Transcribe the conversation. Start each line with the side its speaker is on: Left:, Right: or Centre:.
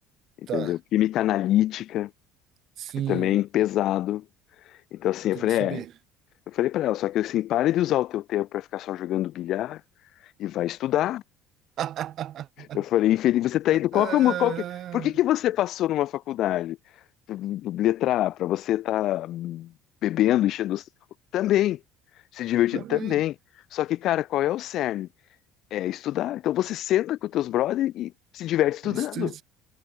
Left: entendeu?
Right: Tá,
Left: Química analítica,
Right: sim,
Left: que também é pesado. Então, assim,
Right: tem
Left: eu falei,
Right: que saber.
Left: é, eu falei para ela, só que assim, pare de usar o teu tempo para ficar só jogando bilhar e vai estudar.
Right: <laughs>
Left: Eu falei, Felipe, você tá indo. Qual
Right: Ah,
Left: que é o, qual que, por que que você passou numa faculdade? Letra A, para você estar tá bebendo, enchendo. os- Também. Se divertindo
Right: também.
Left: também. Só que, cara, qual é o cerne? É estudar. Então você senta com os teus brothers e se diverte estudando.
Right: Isso,